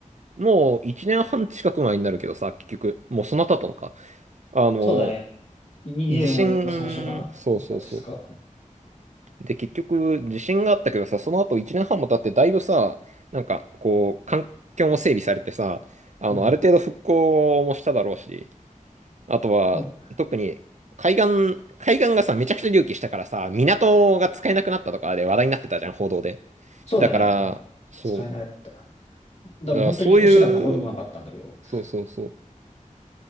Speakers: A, on the right; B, on the left.
A: もう1年半近く前になるけどさ、結局、もうそんな経ったのか。あの、
B: そうだね。24年の最初かな
A: 地震、そうそうそ
B: ?1 月2日。
A: う。で、結局、地震があったけどさ、その後1年半も経って、だいぶさ、なんか、こう、環境も整備されてさ、あの、
B: うん。
A: ある程度復興もしただろうし、あとは、
B: うん
A: 特に海岸、海岸がさ、めちゃくちゃ隆起したからさ、港が使えなくなったとかで話題になってたじゃん、報道で。
B: そうだね。
A: だから、
B: あ、
A: そ
B: 使えなかった。でも本当に行く手段がほとんどなかったんだけど。
A: う、だからそういう、そうそうそう。